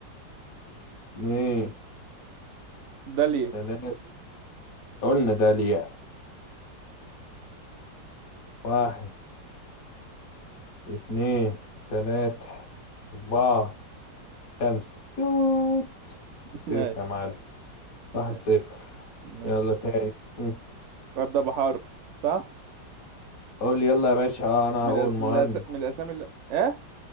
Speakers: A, on the left; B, on the right.
A: اتنين
B: ده ليه
A: تلاتة قلنا ده ليه واحد اتنين تلاتة أربعة خمسة توت
B: <laughs>
A: صفر
B: ماشي
A: يا معلم واحد
B: ماشي
A: صفر
B: ماشي
A: يلا تاني مم.
B: أبدأ بحرف صح
A: قول يلا يا باشا اه أنا
B: من
A: هقول
B: الأس...
A: مهند
B: من, الأس... من الأسامي اللي... إيه